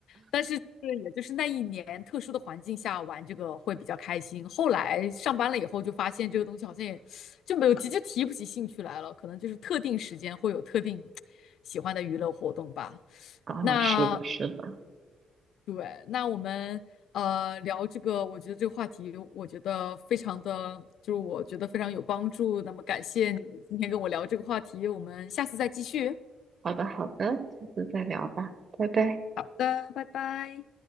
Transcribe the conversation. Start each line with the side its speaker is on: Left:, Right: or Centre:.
Left: 但是就是也就是那一年特殊的环境下玩这个会比较开心。后来上班了以后，就发现这个东西好像也就没有提就提不起兴趣来了。可能就是特定时间会有特定喜欢的娱乐活动吧。
Right: 啊，
Left: 那
Right: 是的，是的。
Left: 对，那我们呃聊这个，我觉得这个话题，我觉得非常的，就是我觉得非常有帮助。那么感谢你今天跟我聊这个话题，我们下次再继续。
Right: 好的，好的，下次再聊吧，拜拜。
Left: 好的，拜拜。